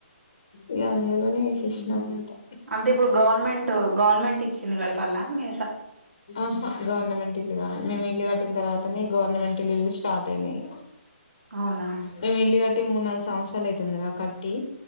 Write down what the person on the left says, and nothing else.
ఇగ అందులోనే ఏసేసినా అంటా
అ గవర్నమెంట్ ఇల్లు కాదు, మేము ఇల్లు కట్టి తర్వాతనే గవర్నమెంట్ ఇల్లులు స్టార్ట్ అయినాయి.
మేము ఇల్లు కట్టి మూడు నాలుగు సంవత్సరాలు అయితాందిరా కట్టి